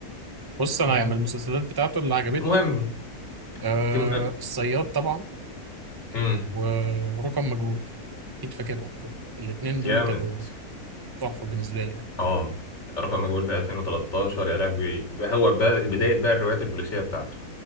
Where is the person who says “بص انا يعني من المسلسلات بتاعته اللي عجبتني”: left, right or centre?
Right